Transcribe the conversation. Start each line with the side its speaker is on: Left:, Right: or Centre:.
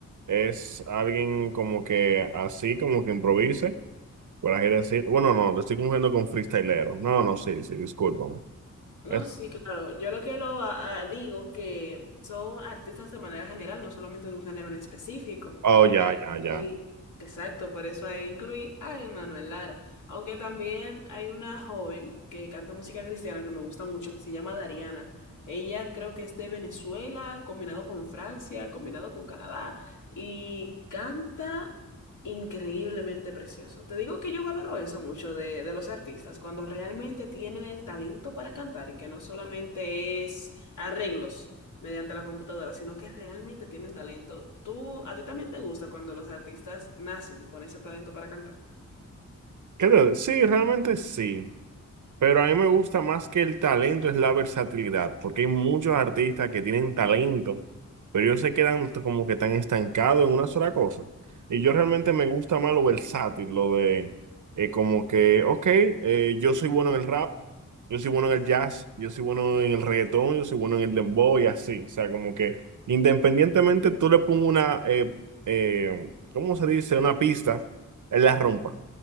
Right: es alguien como que así, como que improvise, por así decir, bueno, no, lo estoy confundiendo con freestylero, no, no, sí, sí, discúlpame.
Left: No,
Right: Es,
Left: sí, claro. Yo lo que lo a- a- digo que son artistas de manera general, no solamente de un género en específico.
Right: oh, ya,
Left: Por eso
Right: ya, ya.
Left: ahí, exacto, por eso ahí incluí a Manuel Lara. Aunque también hay una joven que canta música cristiana que me gusta mucho, que se llama Dariana. Ella creo que es de Venezuela, combinado con Francia, combinado con Canadá, y canta increíblemente precioso. Te digo que yo valoro eso mucho de, de los artistas, cuando realmente tienen el talento para cantar y que no solamente es arreglos mediante la computadora, sino que realmente tienen talento. ¿Tú, a ti también te gusta cuando los artistas nacen con ese talento para cantar?
Right: ¿Qué te- sí, realmente sí, Pero a mí me gusta más que el talento es la versatilidad, porque hay muchos artistas que tienen talento, pero ellos se quedan t- como que tan estancados en una sola cosa. Y yo realmente me gusta más lo versátil, lo de eh, como que, ok, eh, yo soy bueno en el rap, yo soy bueno en el jazz, yo soy bueno en el reggaetón, yo soy bueno en el dembow y así. O sea, como que independientemente tú le pongas una, eh, eh, ¿cómo se dice? Una pista, él la rompa.